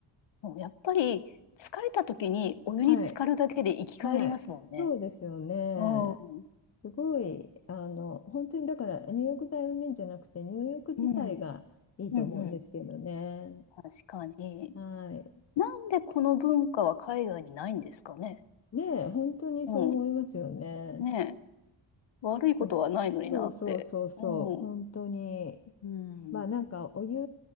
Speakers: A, on the left; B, on the left.
A: そう、やっぱり、疲れた時にお湯に浸かるだけで生き返りますもんね。
B: はい。はい。そうですよね。
A: うん。
B: すごい、あの、本当にだから入浴剤云々じゃなくて、入浴自体がいいと思うんですけどね。
A: うん。うん、うん。確かに。
B: はい。
A: なんでこの文化は海外にないんですかね。
B: ねえ、本当にそう思いますよね。
A: うん。ね悪いことはないのになって。
B: うんそうそうそうそう、
A: うん。
B: 本当に。
A: うん。
B: まあなんかお湯